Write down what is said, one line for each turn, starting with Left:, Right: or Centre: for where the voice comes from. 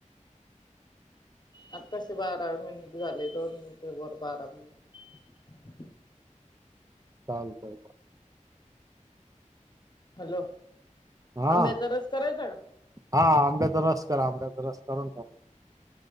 Left: आ तसे बारा मिनिट झाले दोन मिनिट वर बारा मिनिट -
Right: चालतय.
Left: हॅलो!
Right: हा
Left: आंब्याचा रस करायचा का?
Right: हा आंबेचा रस करा आंबेचा रस करून खाऊ -